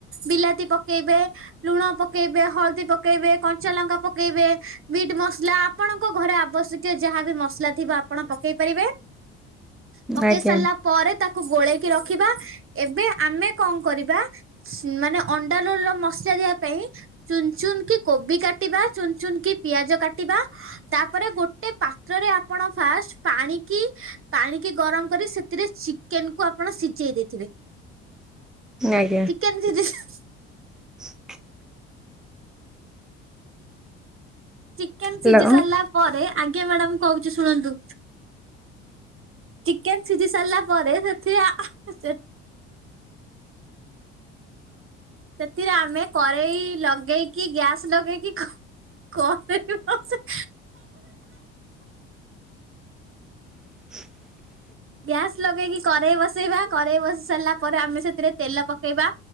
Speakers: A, on the right; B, in the centre.
A: ବିଲାତି ପକେଇବେ। ଲୁଣ ପକେଇବେ, ହଳଦୀ ପକେଇବେ, କଞ୍ଚାଲଙ୍କା ପକେଇବେ। ମିଟ୍ ମସଲା ଆପଣଙ୍କ ଘରେ ଆବଶ୍ୟକୀୟ ଯାହାବି ମସଲା ଥିବ ଆପଣ ପକେଇପାରିବେ। ପକେଇ
B: ଆଜ୍ଞା
A: ସାରିଲା ପରେ ତାକୁ ଗୋଳେଇକି ରଖିବା। ଏବେ ଆମେ କଣ କରିବା ମାନେ ଅଣ୍ଡା ରୋଲ୍ ର ମସାଲ ଦେବା ପାଇଁ ଚୁନଚୁନ କି କୋବି କାଟିବା ଚୁନଚୁନ କି ପିଆଜ କାଟିବା। ତାପରେ ଗୋଟେ ପାତ୍ରରେ ଆପଣ ଫାଷ୍ଟ ପାଣି କିି ପାଣିକି ଗରମ କରି ସେଥିରେ ଚିକେନ କୁ ଆପଣ ସିଝେଇ ଦେଇଥିବେ।
B: ଆଜ୍ଞା।
A: ଚିକେନ୍। <unintelligible>
B: <inaudible>
A: ଚିକେନ
B: ହ୍ୟାଲୋ
A: ସିଝି ସାରିଲା ପରେ ଆଜ୍ଞା ମ୍ୟାଡାମ କହୁଚି ଶୁଣନ୍ତୁ। ଚିକେନ ସିଝି ସାରିଲା ପରେ ସେଥିରେ। <unintelligible> ସେଥିରେ ଆମେ କରେଇ ଲଗେଇକି ଗ୍ୟାସ୍ ଲଗେଇକି କରେଇ। <unintelligible>
B: <inaudible>
A: ଗ୍ୟାସ୍ ଲଗେଇକି କରେଇ ବସେଇବା କରେଇ ବସି ସାରିଲା ପରେ ଆମେ ସେଥିରେ ତେଲ ପକେଇବା।